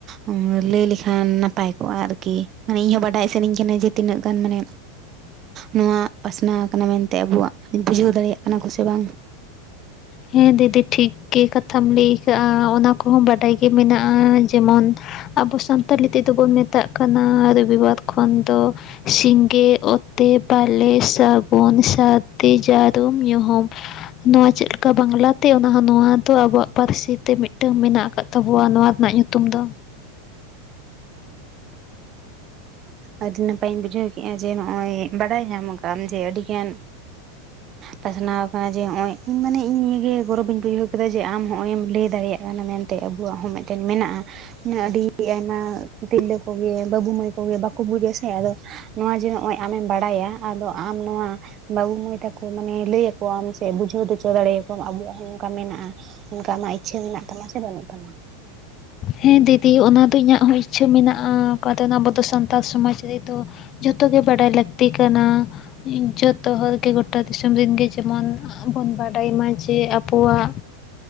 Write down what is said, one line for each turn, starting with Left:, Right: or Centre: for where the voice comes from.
Right: ᱚᱝ ᱞᱟᱹᱭ ᱞᱮᱠᱷᱟᱱ ᱱᱟᱯᱟᱭ ᱠᱚᱜᱼᱟ ᱟᱨᱠᱤ? ᱢᱟᱱᱮ ᱤᱧ ᱦᱚᱸ ᱵᱟᱰᱟᱭ ᱥᱟᱱᱟᱹᱧ ᱠᱟᱱᱟ ᱡᱮ ᱛᱤᱱᱟᱹᱜ ᱜᱟᱱ ᱢᱟᱱᱮ
Left: <unintelligible>
Right: ᱱᱚᱣᱟ ᱯᱟᱥᱱᱟᱣ ᱠᱟᱱᱟ ᱢᱮᱱᱛᱮ ᱟᱵᱚᱣᱟᱜ ᱵᱩᱡᱷᱟᱹᱣ ᱫᱟᱲᱮᱭᱟᱜ ᱠᱟᱱᱟ ᱠᱚ ᱥᱮ ᱵᱟᱝ?
Left: ᱦᱮᱸ ᱫᱤᱫᱤ ᱴᱷᱤᱠ ᱜᱮ ᱠᱟᱛᱷᱟᱢ ᱞᱟᱹᱭ ᱠᱟᱜᱼᱟ, ᱚᱱᱟ ᱠᱚᱦᱚᱸ ᱵᱟᱰᱟᱭ ᱜᱮ ᱢᱮᱱᱟᱜᱼᱟ ᱡᱮᱢᱚᱱᱼᱼ ᱟᱵᱚ ᱥᱟᱱᱛᱟᱞᱤ ᱛᱮᱫᱚ ᱵᱚᱱ ᱢᱮᱛᱟᱜ ᱠᱟᱱᱟ ᱨᱚᱵᱤ ᱵᱟᱨ ᱠᱷᱚᱱ ᱫᱚ ᱥᱤᱸᱜᱮ, ᱚᱛᱮ, ᱵᱟᱞᱮ, ᱥᱟᱜᱩᱱ, ᱥᱟᱨᱫᱤ, ᱡᱟᱨᱩᱢ, ᱧᱩᱦᱩᱢ ᱾ ᱱᱚᱣᱟ ᱪᱮᱫ ᱞᱮ ᱠᱟ ᱵᱟᱝᱞᱟ ᱛᱮ ᱚᱱᱟ ᱦᱚᱸ ᱱᱚᱣᱟ ᱫᱚ ᱟᱵᱚᱣᱟᱜ ᱯᱟᱨᱥᱤ ᱛᱮ ᱢᱤᱫᱴᱟᱝ ᱢᱮᱱᱟᱜ ᱟᱠᱟᱫ ᱛᱟᱵᱚᱱᱟ ᱱᱚᱣᱟ ᱨᱮᱱᱟᱜ ᱧᱩᱛᱩᱢ ᱫᱚ᱾ <inaudible>
Right: ᱟᱰᱤ ᱱᱟᱯᱟᱭ ᱤᱧ ᱵᱩᱡᱷᱟᱹᱣ ᱠᱮᱜ-ᱟ ᱡᱮ ᱱᱚᱜ-ᱚᱭ ᱵᱟᱲᱟᱭ ᱧᱟᱢ ᱠᱟᱜ-ᱟᱢ ᱡᱮ ᱟᱹᱰᱤ ᱜᱟᱱ
Left: <inaudible>
Right: ᱯᱟᱥᱱᱟᱣ ᱟᱠᱟᱱᱟ ᱡᱮ ᱦᱚᱸᱜ-ᱚᱭ, ᱤᱧ ᱢᱟᱱᱮ ᱤᱧ ᱱᱤᱭᱟᱹ ᱜᱮ ᱜᱚᱨᱚᱵᱤᱧ ᱵᱩᱡᱷᱟᱹᱣ ᱠᱮᱫᱟ ᱡᱮ ᱟᱢ ᱦᱚᱸᱜ-ᱚᱭ ᱮᱢ ᱞᱟᱹᱭ ᱫᱟᱲᱮᱭᱟᱜ ᱠᱟᱱᱟᱢ ᱢᱮᱱ -ᱛᱮ, ᱟᱵᱚᱣᱟᱜ ᱦᱚᱸ ᱢᱤᱫᱴᱮᱱ ᱢᱮᱱᱟᱜᱼᱟ, ᱟᱹᱰᱤ ᱟᱭᱢᱟ ᱛᱤᱨᱞᱟᱹ ᱠᱚᱜᱮ, ᱵᱟᱵᱩ ᱢᱟᱹᱭ ᱠᱚᱜᱮ ᱵᱟᱠᱚ ᱵᱩᱡᱟ ᱥᱮ ᱟᱫᱚ ᱱᱚᱣᱟ ᱡᱮ ᱱᱚᱜ-ᱚᱭ ᱟᱢᱮᱢ ᱵᱟᱲᱟᱭᱟ, ᱟᱫᱚ ᱟᱢ ᱱᱚᱣᱟ ᱵᱟᱵᱩ ᱢᱟᱹᱭ ᱛᱟᱠᱚ ᱢᱟᱱᱮ ᱞᱟᱹᱭ ᱟᱠᱚᱣᱟᱢ ᱥᱮ ᱵᱩᱡᱷᱟᱹᱣ ᱦᱚᱪᱚ ᱫᱟᱲᱮᱭᱟ ᱠᱚᱣᱟᱢ ᱟᱵᱚᱣᱟᱜ ᱦᱚᱸ ᱱᱚᱝᱠᱟ ᱢᱮᱱᱟᱜᱼᱟ᱾ ᱚᱱᱠᱟ ᱟᱢᱟᱜ ᱤᱪᱪᱷᱟᱹ ᱢᱮᱱᱟᱜ ᱛᱟᱢᱟ ᱥᱮ ᱵᱟᱱᱩᱜ ᱛᱟᱢᱟ?
Left: ᱦᱮᱸ ᱫᱤᱫᱤ ᱚᱱᱟ ᱫᱚ ᱤᱧᱟᱹᱜ ᱦᱚᱸ ᱤᱪᱪᱷᱟᱹ ᱢᱮᱱᱟᱜᱼᱟ ᱚᱠᱟ <unintelligible> ᱟᱵᱚ ᱫᱚ ᱥᱟᱱᱛᱟᱲ ᱥᱚᱢᱟᱡᱽ ᱨᱮ ᱫᱚ ᱡᱷᱚᱛᱚ ᱜᱮ ᱵᱟᱰᱟᱭ ᱞᱟᱹᱠᱛᱤ ᱠᱟᱱᱟ, ᱡᱚᱛᱚ ᱦᱚᱲ ᱜᱮ ᱜᱚᱴᱟ ᱫᱤᱥᱚᱢ ᱨᱮᱱᱜᱮ ᱡᱮᱢᱚᱱ ᱟ <inaudible> ᱵᱚᱱ ᱵᱟᱰᱟᱭ ᱢᱟ ᱡᱮ ᱟᱵᱚᱣᱟᱜ,